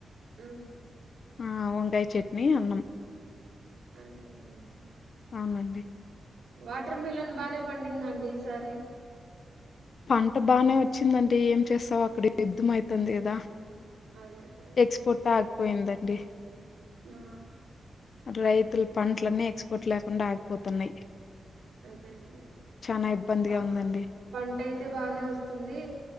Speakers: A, on the right; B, on the left.
A: ఉ
B: ఆ వంకాయ చట్నీ అన్నం
A: అదే అండి
B: అవునండి
A: వాటర్ మిలన్ బాగనే పండిందండి ఈసారి
B: పంట బాగనే వచ్చింది అంటే ఏం చేస్తావు అక్కడ యుద్ధం అయితాంది గదా
A: అదే అదే
B: ఎక్స్ పోర్ట్ ఆగిపోయింది డే
A: న
B: అటు రైతులు పంటలన్నీ ఎక్స్ పోర్ట్ లేకుండా ఆగిపోతున్నాయి
A: అదే అండి
B: చనా ఇబ్బందిగా
A: ప
B: ఉందండి
A: పంట అయితే బాగానే వస్తుంది